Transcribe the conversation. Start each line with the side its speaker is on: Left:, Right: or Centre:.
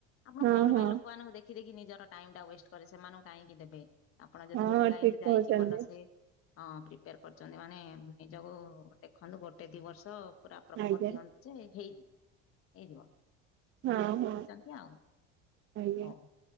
Left: ଆପଣ
Right: ହଁ
Left: କଣ
Right: ହଁ
Left: ପାଇଁ ଲୋକମାନଙ୍କୁ ଦେଖି ଦେଖି ନିଜର ଟାଇମ ଟା ୱେଷ୍ଟ କରିବେ ସେମାନଙ୍କୁ କାହିଁକି ଦେବେ। ଆପଣ ଯଦି
Right: ହଁ
Left: ଗୋଟେ ଲାଇନ୍
Right: ଠିକ
Left: ରେ ଯାଇକି
Right: କହୁଛନ୍ତି
Left: ଭଲସେ ହଁ ପ୍ରିପେୟାର କରୁଛନ୍ତି ମାନେ ନିଜକୁ ଦେଖନ୍ତୁ ଗୋଟେ ଦି ବର୍ଷ। ପୁରା ପ୍ରପର
Right: ଆଜ୍ଞା
Left: ଦିଅନ୍ତୁ ଯେ ହେଇଯିବ, ହେଇଯିବ।
Right: ହଁ ହଁ।
Left: ଏମିତି ଆଉ।
Right: ଆଜ୍ଞା।
Left: ହଉ।